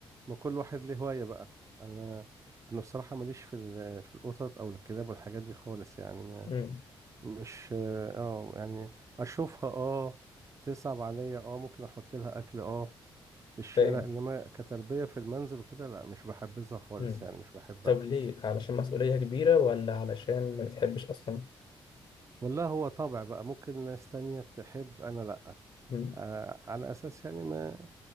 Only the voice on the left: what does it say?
مم،
فاهم
مم.
طب ليه علشان مسؤولية كبيرة ولا علشان ما بتحبش اصلا
مم.